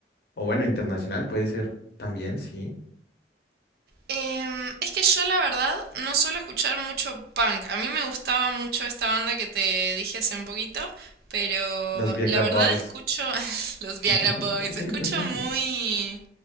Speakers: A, on the left (about 60°); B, on the right (about 55°).
A: o bueno, internacional, puede ser también, sí.
B: Em, es que yo la verdad no suelo escuchar mucho punk. A mí me gustaba mucho esta banda que te dije hace un poquito, pero
A: Los Viagra
B: la verdad
A: Boys.
B: escucho <laughs> los
A: <laughs>
B: Viagra Boys, escucho muy